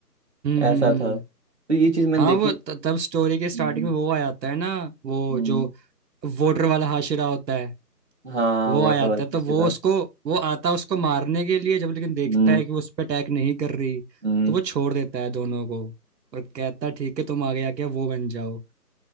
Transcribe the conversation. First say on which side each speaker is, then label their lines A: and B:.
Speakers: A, on the right (about 85°); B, on the right (about 45°).
A: हम्म
B: ऐसा
A: हम्म हम्म
B: था तो ये चीज मैंने
A: हाँ
B: देखी
A: वो त, तब स्टोरी
B: हम्म,
A: के स्टार्टिंग में वो आ जाता है ना वो
B: हम्म।
A: जो वोटर वाला हाशिरा होता है
B: हाँ
A: वो
B: वाटर
A: आ जाता
B: वाला
A: है तो वो उसको वो आता है उसको मारने के लिए जब लेकिन देखता
B: हम्म
A: है कि वो उस पर अटैक नहीं कर रही
B: हम्म,
A: तो वो छोड़ देता है दोनों को और कहता है ठीक है तुम आगे आके वो बन जाओ